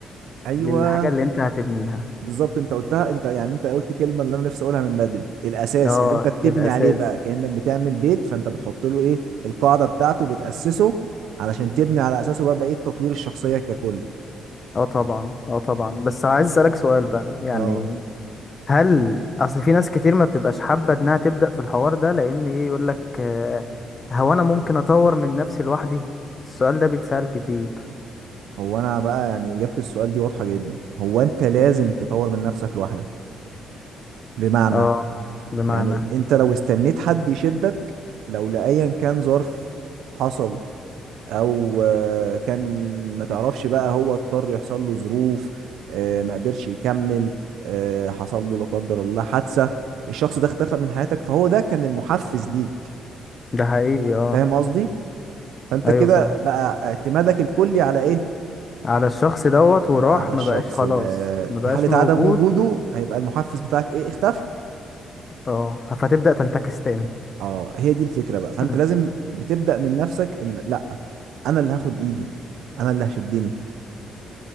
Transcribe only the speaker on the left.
للحاجة اللي انت هتبنيها
اه
الأساس
اه طبعا اه طبعا بس عايز أسألك سؤال بقى يعني
هل أصل في ناس كتير ما بتبقاش حابة إنها تبدأ في الحوار ده لأن إيه يقولك آه، هو أنا ممكن أطور من نفسي لوحدي السؤال ده بيتسأل كتير
اه بمعنى
ده حقيقي اه
ايوه
فعلا
على الشخص دوت وراح
ما بقاش خلاص
ما بقاش
موجود
اه فتبدأ تنتكس تاني
<laughs>